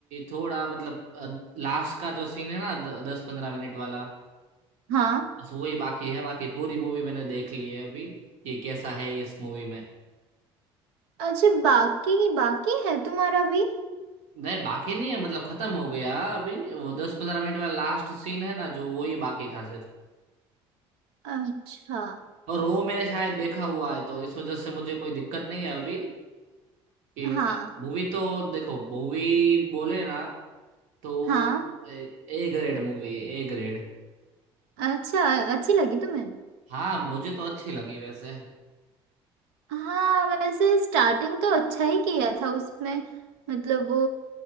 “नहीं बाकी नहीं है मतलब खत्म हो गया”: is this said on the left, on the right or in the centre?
Right